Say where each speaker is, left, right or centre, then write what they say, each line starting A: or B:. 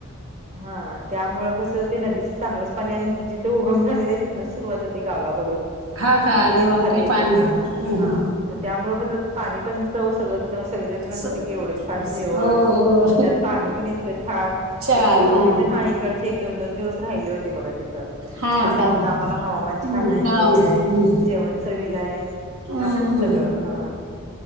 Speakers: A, on the right; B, on the right.
A: हा त्यामुळं कसं ते नदीचं चांगलंच पाणी आणि जिथे उगम झाले आहे, तिथंच सुरुवात होती गावाकडून.
B: हा का
A: मग
B: अरे
A: तेच
B: वा
A: खाली
B: काही
A: येतं.
B: पाणी
A: हा
B: हं,
A: हा
B: हं.
A: मग त्यामुळे कसं पाणी पण चव सगळं त सगळी जर म्हणत
B: स-
A: होती की, एवढं छान
B: स-
A: जेवण.
B: हो हो
A: त्यात पाणी पण इतकं छान.
B: छान
A: एक एक पाहुणे
B: हां
A: तर हा इकडचे एक दोन दोन दिवस राहिले होते बघा तिथ.
B: हा
A: छान
B: का
A: वाटलं आम्हाला. हवामान छान
B: हं,
A: आहे.
B: हा
A: हे आहे.
B: हं.
A: जेवण चविला आहे.
B: हम्म.
A: असच सगळं हा